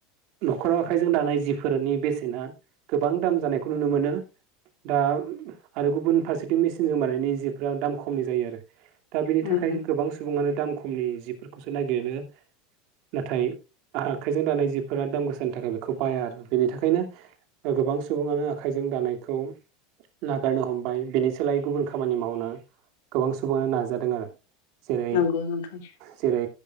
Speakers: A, on the right; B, on the left.
A: न'खराव आखाइजों दानाय जिफोरनि बेसेना गोबां दाम जानायखौ नुनो मोनो। दा आरो गुबुन फारसेथिं मेसिनजों बानायनाय जिफ्रा दाम खमनि जायो आरो। दा बेनि
B: उम
A: थाखाय
B: उम
A: गोबां सुबुंङानो दाम खमनि जिफोरखौसो नागिरनो नाथाय आखाइजों दानाय जिफोरा दाम गोसानि थाखाय बेखौ बाया आरो बेनि थाखायनो गोबां सुबुंङानो आखाइजों दानायखौ नागारनो हमबाय बिनि सोलायै गुबुन खामानि मावनो गोबां सुबुंङानो नाजादों आरो। जेरै
B: नंगौ नोंथां
A: जेरै